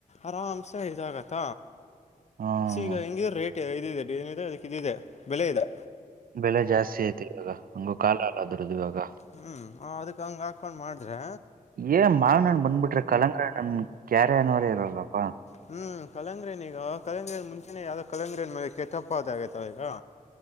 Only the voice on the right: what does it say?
ಹ್ಮ
ಬೆಲೆ ಜಾಸ್ತಿ ಆಯ್ತು ಇವಾಗ ಹಂಗು ಕಾಲ ಅಲ್ಲದ್ರದುು ಇವಾಗ
ಏ ಮಾವ ನನ್ ಬಂದ್ಬಿಟ್ರೆ ಕಲಕ ನನ್ ಕ್ಯಾರೆ ಅನ್ನೋರೇ ಇರಲ್ಲಪ್ಪಾ